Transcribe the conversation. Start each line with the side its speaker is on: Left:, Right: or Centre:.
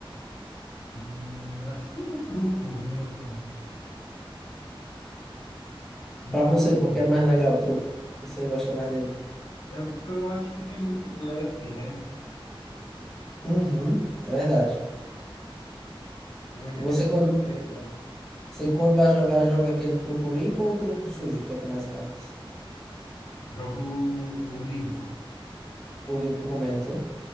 Left: Hum, acho que no truco mesmo.
Centre: Para
Left: No truco.
Centre: você, porque é mais legal o truco. Você gosta mais dele.
Left: É porque eu acho que tem muito blefe, né?
Centre: Uhum, é verdade.
Left: O elemento
Centre: Você quando,
Left: surpresa.
Centre: você quando vai jogar, joga aquele truco limpo ou truco sujo, que é com mais cartas?
Left: Jogo o limpo.
Centre: o limpo com menos, né?